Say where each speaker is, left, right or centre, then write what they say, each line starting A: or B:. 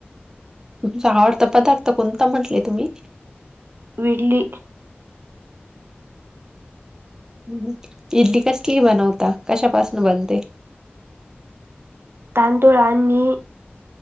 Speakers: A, on the right (about 15°); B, on the right (about 65°).
A: तुमचा आवडता पदार्थ कोणता म्हंटले तुम्ही?
B: विडली.
A: हम्म इडली कसली क बनवता कशापासून बनते?
B: तांदूळ आणि